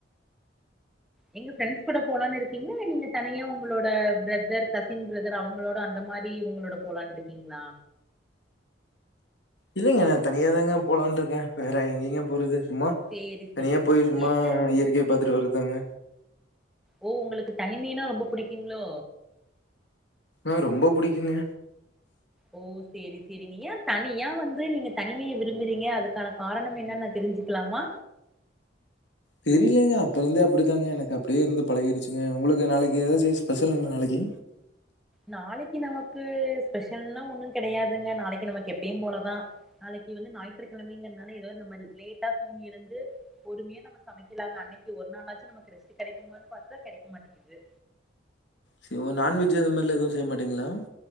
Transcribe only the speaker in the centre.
எங்க ஃப்ரெண்ட்ஸ் கூட போலான்னு இருக்கீங்களா இல்ல நீங்க தனியா உங்களோட ஃப்ரதர் கசின் ஃப்ரதர் அவுங்களோட அந்த மாரி இவுங்களோட போலான்னு இருக்கீங்களா.
சேரி
சேரி
ஏங்க
ஓ உங்களுக்கு தனிமைனா ரொம்ப புடிக்கிங்ளோ
ஓ சேரி சேரிங்க ஏ தனியா வந்து நீங்க தனிமைய விரும்புறீங்க அதுக்கான காரணம் என்னனு நா தெரிஞ்சுக்கலாமா.
நாளைக்கி நமக்கு ஸ்பெஷல்ன்னா ஒண்ணு கெடையாதுங்க நாளைக்கி நமக்கு எப்பயும் போலதா நாளைக்கி வந்து ஞாயிற்றுக்கிழமைங்கிறதுனால எதாவது நம்ம லேட்டா தூங்கி இருந்து பொறுமையா நம்ம சமைக்கலாங்க அன்னைக்கி ஒரு நாளாச்சும் நமக்கு ரெஸ்ட் கெடைக்குனு பாத்தா கெடைக்க மாட்டேங்கிது.